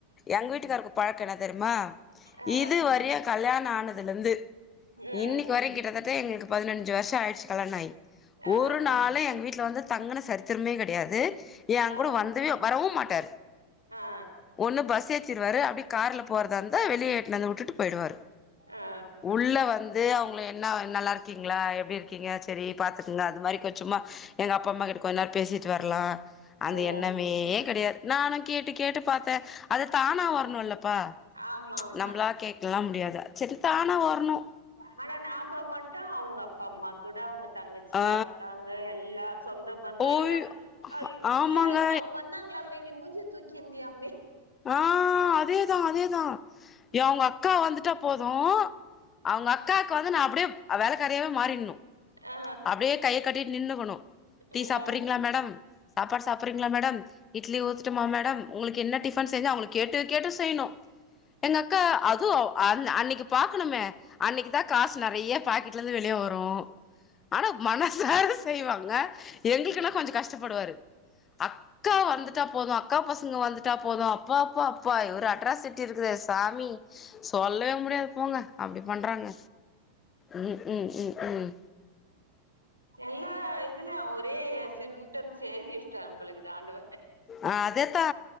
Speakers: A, on the left (about 25°); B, on the right (about 90°).
A: எங்க வீட்டுக்கருக்கு பழக்கம் என்ன தெரியுமா
B: ஆ
A: இது வரயும் கல்யாணம் அனதுலா இருந்து
B: ம்
A: இன்னைக்கு வரையும் கிட்டதா எங்களுக்கு பதினஞ்சு வருஷம் ஆயிடுச்சு கலனாய்
B: ஆ
A: ஒரு நாள் எங்க வீட் விடல வந்து தங்கன சரித்திரமே கிடையாது ஏங்க
B: ஆ
A: கூட வந்தவே வரவும் மாட்டார்
B: ஆ
A: ஒன்னு பஸ் ஏதிருவாரு அப்படி கார்ல போ போறதன்ந்த வெளியே இட்டுனு வந்து விடுட்டு போயிடுவார்
B: ஆ
A: உள்ள வந்து அவங்க என்ன நல்லா இருக்கீங்களா எப்படி இருக்கீங்க சரி பார்த்துட்டு அது மாரி கொஞ்சம் சும்மா எங்க அப்பா அம்மா கிட்ட கொஞ்ச நேரம் பேசிட்டு வரலாம்
B: ம்
A: அது என்ன மே கிடையாது நானும் கேட்டு கேட்டு பார்த்தேன் அது தானா
B: ம்
A: வரணும்ல்லப்பா
B: ஆமா ஆமா
A: நம்மளா கேக்கலா முடியாது சரித்தானா வர்ணும்
B: ஆனா நாம மட்டும் அவங்க அப்பா அம்மா கூட அவங்க தங்கச்சி
A: ஆ
B: அக்காங்க எல்லாம் சொந்த பந்தம்
A: ஓய்
B: எல்லாம்
A: ஆமாங்க
B: இயோ ஏன் அவங்க வந்தாங்களா ஏண்டி மூஞ்சிய தூக்கி இருந்தியாமே
A: ஆஹ் அதேதான் அதே தான் அவங்க அக்கா வந்துட்டா போதும் அவங்க அக்காக்கு வந்து நான் அப்படியே அவ வேல காறியாவே மாறிணும்
B: ஆ ஆ
A: அப்படியே கைய கட்டி நின்றுக்கணும் டீ
B: ம்
A: சாப்பிடுறங்களா மேடம் சாப்பாடு சாப்பிறீங்களா மேடம் இட்லி ஊத்துட்டுமா மேடம் உங்களுக்கு என்ன டிப செஞ்சு அவங்க கேட்டு கேட்டு செய்யணும் எங்க அக்கா அதுவும் அன்னைக்கு பார்க்கணுமே அன்னைக்கு தான் காசு நிறைய பாக்கெடலருந்து வெளிய வரும் நோ ஆனா மனசார செய்வாங்க எங்களுக்குனா கொஞ்ச கஷ்டப்படுவாரு அக்கா வந்துட்டா போது அக்கா பசங்க வந்துட்டா போது அப்பா அப்பா அப்பா இவ அட்ராசிட்டி இருக்குது சாமி சொல்லவே முடியாது போங்க அப்டி பண்றாங்க ம் ம் ம் ம்
B: எல்லா இதுல ஒரே சிம்டம்ஸ் எய்தி வெஷ்டபொலக்குது ஆண்டவ
A: ஆஹ் அதேதா